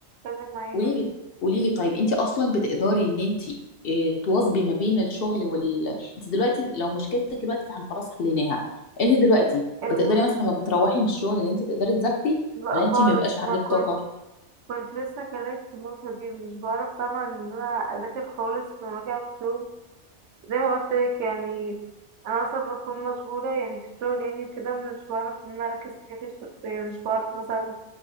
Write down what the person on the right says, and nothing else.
اتكلم معايا
المش...
لا
خالص
ما كنت
كنت لسه كلمت في النقطة دي مش بعرف طبعا ان انا اذاكر خالص لما اجي اعمل شغل زي ما قلت لك يعني انا اصلا بكون مشغولة يعني في الشغل يعني كده مش بعرف ان انا اركز في حياتي الشخصية مش بعرف مثلا